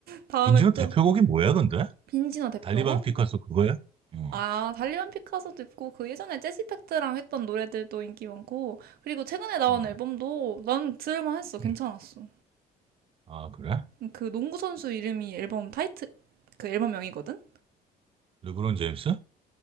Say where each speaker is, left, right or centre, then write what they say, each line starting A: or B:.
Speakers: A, on the right; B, on the right.
A: 다음에
B: 빈지노 대표곡이
A: 또,
B: 뭐야, 근데?
A: 빈지노 대표곡?
B: 달리반 피카소 그거야? 어,
A: 아, 달리반 피카소도 있고, 그 예전에 재즈팩트랑 했던 노래들도 인기 많고, 그리고 최근에 나온
B: 어,
A: 앨범도 난 들을만 했어. 괜찮았어.
B: 음. 아, 그래?
A: 그 농구 선수 이름이 앨범 타이틀, 그 앨범명이거든?
B: 르브론 제임스?